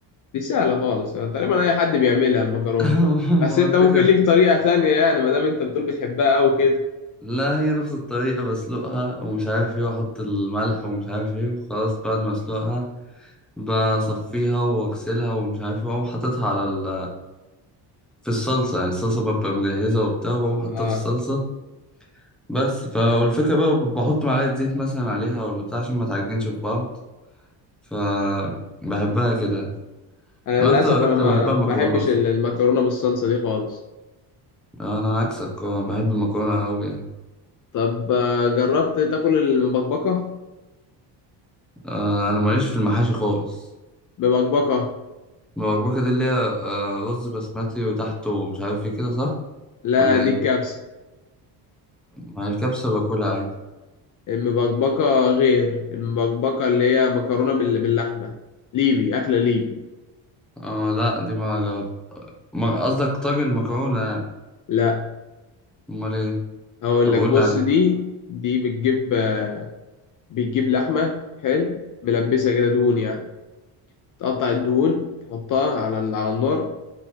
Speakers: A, on the left; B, in the centre.
A: دي سهله خالص يعني تقريبا اي حد بيعملها المكرونه
B: <laughs>
A: بس
B: هو
A: انت
B: الفكرة
A: ممكن ليك
B: في-
A: طريقه ثانيه يعني ما دام انت بتقول بتحبها قوي كده
B: لا هي نفس الطريقة بسلقها ومش عارف ايه واحط الملح ومش عارف ايه وخلاص بعد ما اسلقها بصفيها واغسلها ومش عارف ايه واقوم حاططها على ال... في الصلصة يعني الصلصة ببقى مجهزة وبتاع وبقوم حاطها
A: اه
B: في الصلصة بس فالفكرة بقى ب- بحط معلقة زيت مثلا عليها ولا بتاع عشان ما تعجنش في بعض فبحبها كده
A: انا
B: انا
A: للاسف
B: اكتر
A: انا
B: اكل
A: ما
B: بحبها
A: ما
B: المكرونة
A: بحبش
B: اصلا
A: ال- المكرونه بالصلصه دي خالص
B: انا عكسك آه، بحب المكرونة قوي يعني
A: طب آه، جربت تاكل المبكبكه
B: آه، انا ماليش في المحاشي خالص
A: مبكبكه
B: المبكبكة دي اللي هي آه، رز بسمتي وتحته مش عارف ايه كده صح
A: لا
B: ولا
A: دي
B: ايه
A: كبسه
B: ما هي الكبسة باكلها عادي
A: المبكبكه غير المبكبكه اللي هي مكرونه بال- باللحمه ليبي اكله ليبي
B: اه لا دي ما جربت ما- قصدك طاجن مكرونة يعني
A: لا
B: امال ايه
A: اقول
B: طب
A: لك
B: قول
A: بص
B: لي عليه
A: دي دي بتجيب آه، بتجيب لحمه حلو ملبسها كده دهون يعني تقطع الدهون تحطها على ال- على النار